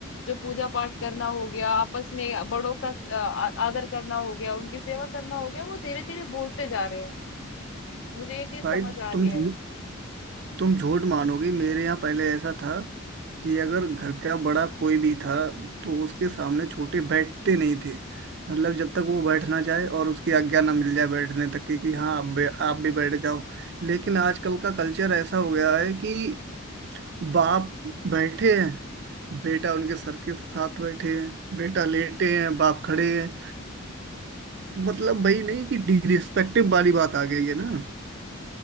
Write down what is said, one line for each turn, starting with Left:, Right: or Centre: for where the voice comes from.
Left: जो पूजा पाठ करना हो गया आपस में बड़ों का स- आ- आ- आदर करना हो गया उनकी सेवा करना हो गया वो धीरे धीरे भूलते जा रहे हैं मुझे ये चीज
Right: भाई
Left: समझ आ रही
Right: तुम झूठ
Left: है
Right: तुम झूठ मानोगी मेरे यहाँ पहले ऐसा था कि अगर घर का बड़ा कोई भी था तो उसके सामने छोटे बैठते नहीं थे मतलब जब तक वो बैठ ना जाए और उसकी आज्ञा ना मिल जाए बैठने तक की कि हाँ आप भी, आप भी बैठ जाओ लेकिन आजकल का कल्चर ऐसा हो गया है कि बाप बैठे हैं बेटा उनके सर के साथ बैठे हैं बेटा लेटे हैं बाप खड़े हैं मतलब भाई नहीं कि डिरिस्पेक्टिव वाली बात आ गई है ना